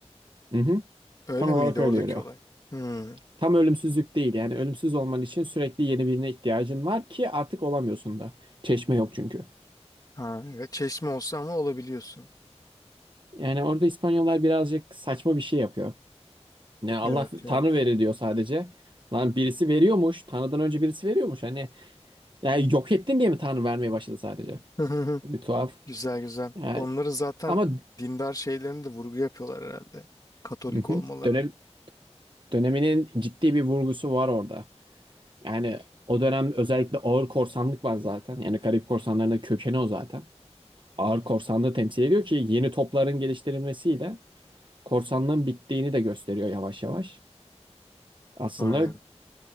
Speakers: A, on the right; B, on the left.
A: Hı hı.
B: Öyle
A: Tam olarak
B: miydi oradaki
A: öyle yürüyor.
B: olay? Hı.
A: Tam ölümsüzlük değil yani ölümsüz olman için sürekli yeni birine ihtiyacın var ki artık olamıyorsun da. Çeşme yok çünkü.
B: Ha evet çeşme olsa ama olabiliyorsun.
A: Yani orada İspanyollar birazcık saçma bir şey yapıyor. Yani Allah
B: Evet evet.
A: Tanrı verir diyor sadece. Lan birisi veriyormuş. Tanrı'dan önce birisi veriyormuş. Hani yani yok ettin diye mi Tanrı vermeye başladı sadece?
B: <laughs>
A: Bir tuhaf.
B: Güzel güzel.
A: Yani,
B: Onları zaten
A: ama
B: dindar şeylerini de vurgu yapıyorlar herhalde. Katolik
A: hı hı,
B: olmalarını.
A: dönem döneminin ciddi bir vurgusu var orada. Yani o dönem özellikle ağır korsanlık var zaten. Yani Karayip korsanlarının kökeni o zaten. Ağır korsanlığı temsil ediyor ki yeni topların geliştirilmesiyle korsanlığın bittiğini de gösteriyor yavaş yavaş. Aslında
B: Aynen.